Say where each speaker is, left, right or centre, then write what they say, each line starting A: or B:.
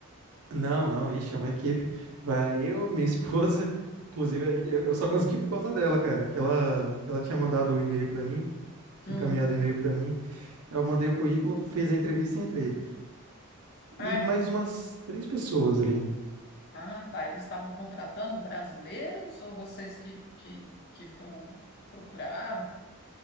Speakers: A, on the right; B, on the left.
A: Não, não, ixi, é uma equipe. Vai eu, minha esposa, <laughs> inclusive a gente- eu eu só consegui por causa dela, cara, que ela, ela tinha mandado o e-mail para mim, tinha
B: Hum,
A: encaminhado o e-mail para mim. Eu mandei o currículo, fez a entrevista e entrei.
B: ai,
A: e mais umas três pessoas ali.
B: ah, tá. Eles estavam contratando brasileiros ou vocês que, que, que foram procurar?